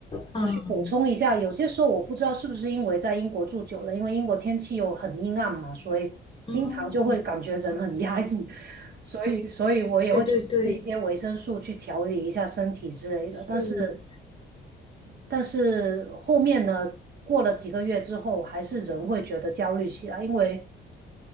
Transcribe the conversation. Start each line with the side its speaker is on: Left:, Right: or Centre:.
Left: 嗯，
Right: 就是补充一下，有些时候我不知道是不是因为在英国住久了，因为英国天气又很阴暗嘛，所以经常就会感觉人很压抑，
Left: 嗯，
Right: 所以所以我也会去吃一些维生素去调理一下身体之类的。
Left: 对对对，是，
Right: 但是但是后面呢，过了几个月之后，还是人会觉得焦虑起来，因为